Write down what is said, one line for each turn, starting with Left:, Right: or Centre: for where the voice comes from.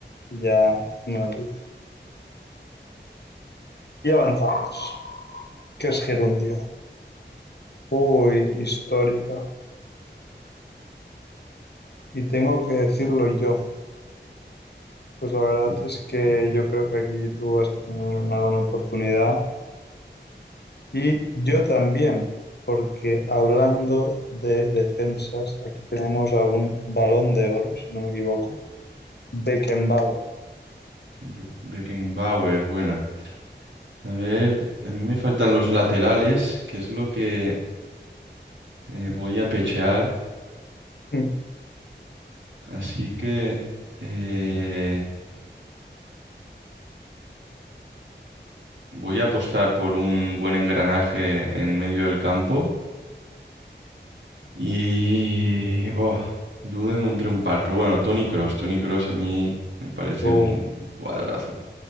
Left: Ya me olvido. Y avanzamos. ¿Qué es gerundio? Uy, histórica. Y tengo que decirlo yo. Pues la verdad
Right: eh,
Left: es que yo creo que aquí tú vas a tener una buena oportunidad y yo también, porque hablando de defensas, aquí tenemos a un balón de oro, si no me equivoco, Beckenbauer,
Right: Be- Beckenbauer, buena. A ver, a mí me faltan los laterales, que es lo que eh, voy a pechear,
Left: Mm.
Right: así que eh, voy a apostar por un buen engranaje en medio del campo. Y oh, dudo en entre un par, pero bueno, Tony Cross, Tony Cross a mí me parece
Left: tu
Right: un jugadorazo.